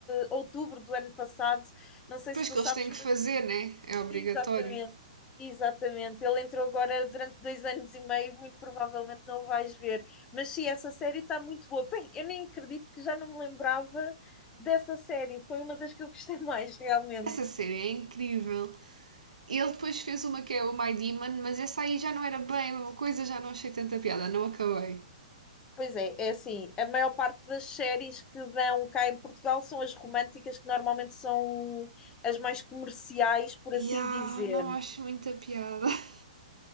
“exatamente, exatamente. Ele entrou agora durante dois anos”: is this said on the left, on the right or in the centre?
Left